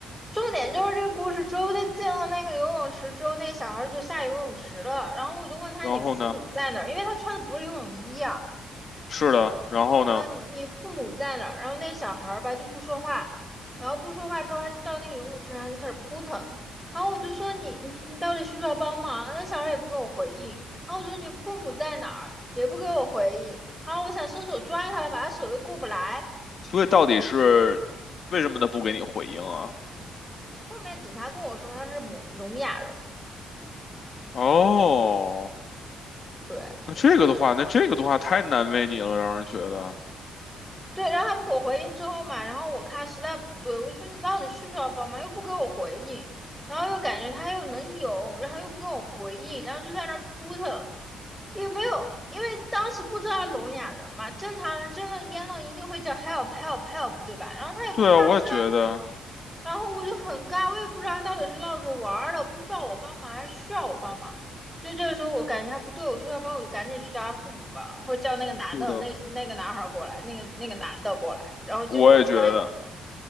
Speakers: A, in the centre; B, on the left.
A: 重点就是这故事，之后他进了那个游泳池之后，那小孩就下游泳池了。然后我就问他：“你父母在哪儿？”因为他穿的不是游泳衣啊。
B: 然后呢？是的，然后呢？
A: 然后你父母在哪儿？然后那小孩吧就不说话，然后不说话之后，他就到那个游泳池上就开始扑腾。然后我就说你： “<laughs> 你你到底需不需要帮忙？”那小孩也不给我回应。然后我说：“你父母在哪儿？”也不给我回应。然后我想伸手抓他，把他手又过不来。
B: 所以到底是为什么他不给你回应啊？
A: 后面警察跟我说他是聋聋哑人，
B: 哦，
A: 对。
B: 那这个的话，那这个的话太难为你了，让人觉得。
A: 对，然后他不给我回应之后嘛，然后我看他实在不对，我说你到底需不需要帮忙，又不给我回应，然后又感觉他又能有，然后又不给我回应，然后就在那儿扑腾，也没有，因为当时不知道他聋哑人嘛，正常人真的淹了一定会叫 help help help 对吧？然后他也不发声，
B: 对啊，我也觉得，
A: 然后我就很尬，我也不知道他到底是闹着玩儿的，不需要我帮忙还是需要我帮忙。所以这个时候我感觉还不对，我说要不然我就赶紧去找他父母吧，或者叫那个男的，
B: 是的。
A: 那那个男孩儿过来，那个那个男的过来。然后结果我刚
B: 我也觉得。